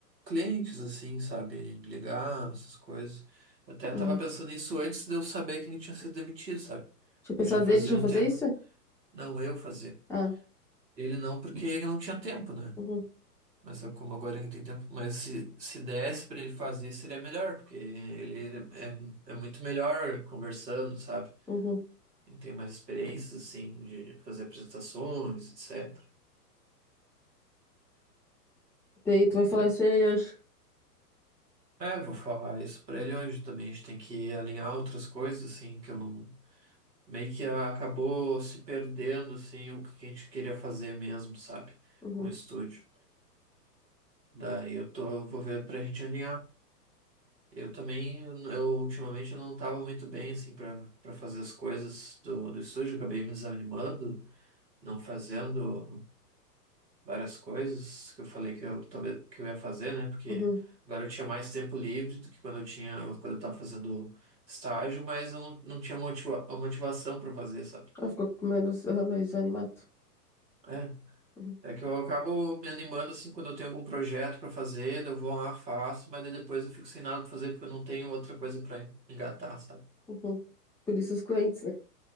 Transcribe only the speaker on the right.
clientes, assim, sabe? Ligar, essas coisas. Eu até
estava pensando nisso antes de eu saber quem tinha sido demitido, sabe?
Porque já fazia
um
tempo,
não eu fazer.
Ele não, porque ele não tinha tempo, né?
Mas sabe como agora ele tem tempo. Mas se, se desse pra ele fazer, seria melhor, porque ele é, é muito melhor conversando, sabe?
Ele tem mais experiências, assim, de fazer apresentações, etc.
Da-
É, eu vou falar isso pra ele hoje também. A gente tem que alinhar outras coisas, assim, que eu não. Meio que acabou se perdendo, assim, o que a gente queria fazer mesmo, sabe?
Com o estúdio. Daí eu tô, vou ver pra gente alinhar. Eu também, eu, eu ultimamente eu não estava muito bem assim para para fazer as coisas do, do estúdio, eu acabei me desanimando, não fazendo várias coisas que eu falei que eu talvez que eu ia fazer, né? Porque
agora eu tinha mais tempo livre do que quando eu tinha quando eu estava fazendo estágio, mas eu não, não tinha motiva a motivação para fazer, sabe?
É,
é que eu acabo me animando assim quando eu tenho algum projeto para fazer, daí eu vou lá, faço, mas daí depois eu fico sem nada para fazer porque eu não tenho outra coisa para engatar, sabe?